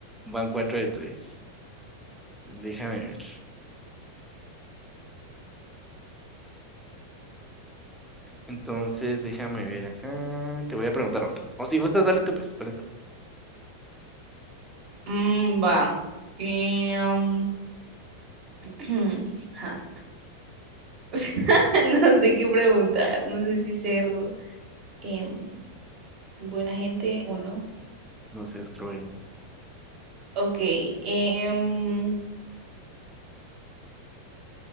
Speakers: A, in the centre; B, on the right (about 40°).
A: van cuatro de tres. Déjame ver. Entonces, déjame ver acá. Te voy a preguntar otra. O si gustas, dale tú, pues, dale tú.
B: Mm, va. Em, <clears throat> ja, <laughs> no sé qué preguntar, no sé si ser em, buena gente o no.
A: No seas cruel.
B: Ok, em,